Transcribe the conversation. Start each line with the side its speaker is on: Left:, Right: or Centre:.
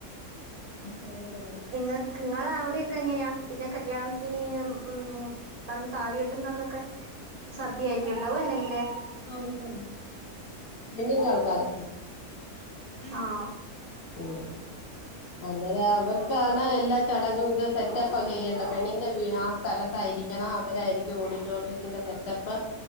Left: ഉ <unintelligible>
Right: ഇങ്ങക്ക് ഇങ്ങളെ അവടിം ക്കെങ്ങനെ പിന്നെ കല്യാണത്തിന് മ്മ് തന്ന് താലി കെട്ട്ന്നന്നൊക്കെ സദ്യയായിരിക്കോ ഇണ്ടാവാ അല്ലെങ്കില്
Left: ആഹ് ഉണ്ട്ണ്ട് പെണ്ണിന്റാള്ക്കാരാ
Right: ആഹ്
Left: ഓഹ് അന്നേരം അവർക്കാണ് എല്ലാ ചടങ്ങോക്കെ സെറ്റപ്പാ ചെയ്യേണ്ട പെണ്ണിന്റെ വി ആഹ് സ്ഥലത്തായിരിക്കണം അവരായിരിക്കും ഓഡിറ്റോറിയത്തിന്റെ സെറ്റപ്പ്